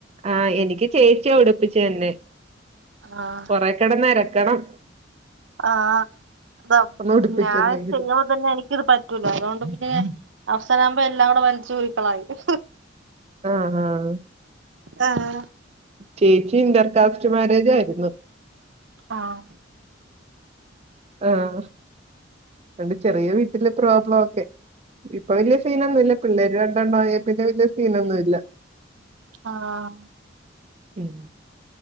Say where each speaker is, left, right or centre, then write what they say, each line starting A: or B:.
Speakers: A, on the right; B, on the right.
A: ആഹ് എനിക്ക് ചേച്ചിയാ ഉടിപ്പിച്ചു തരുന്നെ
B: ആഹ്
A: കൊറേ കെടന്ന് എരക്കണം
B: ആഹ് അതാ
A: ഒന്ന്
B: പിന്നെ
A: ഉടുപ്പിച്ചെന്നെങ്കില്
B: ഞാൻ ചെയ്യ നിന്ന എനിക്കിത് പറ്റൂല അതുകൊണ്ട് പിന്നെ ഞാൻ അവസാനാകുമ്പോ എല്ലാം കൂടെ വലിച്ചൂരി കളയും
A: ആഹ് ആഹ്
B: ആഹ്
A: ചേച്ചി ഇന്റർകാസ്റ്റ് മാരേജായിരുന്നു
B: ആണോ?
A: ആഹ് അതോണ്ട് ചെറിയ വീട്ടില് പ്രോബ്ലം ഒക്കെ ഇപ്പൊ വെല്ല്യ സീനൊന്നുല്ല പിള്ളേര് രണ്ടെണ്ണം ആയേ പിന്നെ വെല്ല്യ സീനൊന്നു ഇല്ലാ
B: ആഹ്
A: പിൻ